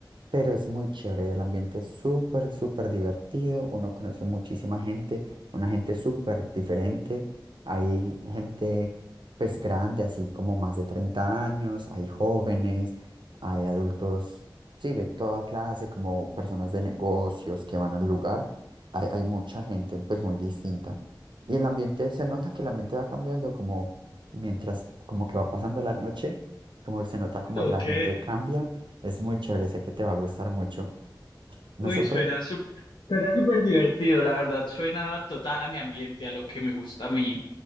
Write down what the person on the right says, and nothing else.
pero es muy chévere. El ambiente es súper, súper divertido. Uno conoce muchísima gente una gente súper diferente. Hay gente pues grande, así como más de 30 años, hay jóvenes, hay adultos, sí, de toda clase, como personas de negocios que van al lugar. Hay, hay mucha gente pues muy distinta. Y el ambiente, se nota que el ambiente va cambiando como mientras como que va pasando la noche, como se nota como
la gente cambia. Es muy chévere, sé que te va a gustar mucho. No
sé
por qué.